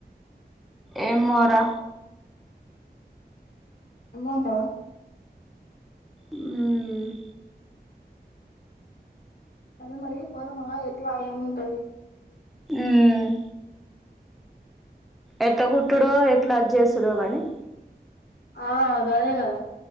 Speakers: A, in the centre; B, on the left (about 65°).
A: ఏమోరా
B: అమౌంట్ ఆ
A: ఉమ్
B: అది మరి పోదమా ఎట్లా ఏముంటది
A: ఉమ్ ఎట్లా కుట్టుడో ఎట్లా అద్ చేసుడో కాని
B: ఆ గదే గద